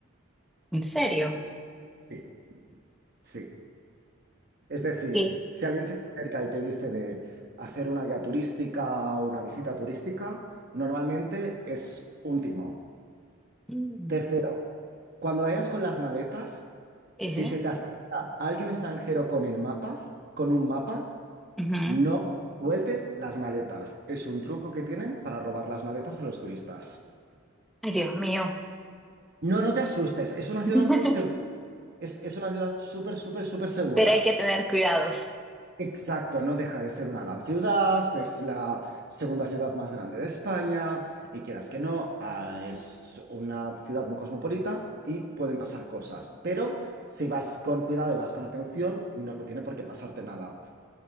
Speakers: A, in the centre; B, on the right.
A: ¿En serio?
B: Sí, sí. Es decir,
A: Sí.
B: si alguien se te acerca y te dice de hacer una guía turística o una visita turística, normalmente es un timo.
A: Mm.
B: Tercero, cuando vayas con las maletas,
A: Sí,
B: si
A: sí.
B: se te acerca alguien extranjero con el mapa, con un mapa,
A: Ujú.
B: no sueltes las maletas. Es un truco que tienen para robar las maletas a los turistas.
A: Ay, Dios mío.
B: No, no te asustes, es una ciudad
A: <laughs>
B: muy segura, es, es una ciudad súper, súper, súper segura.
A: Pero hay que tener cuidados.
B: Exacto, no deja de ser una gran ciudad, es la segunda ciudad más grande de España y quieras que no, ah, es una ciudad muy cosmopolita y pueden pasar cosas, pero si vas con cuidado y vas con atención, no tiene por qué pasarte nada,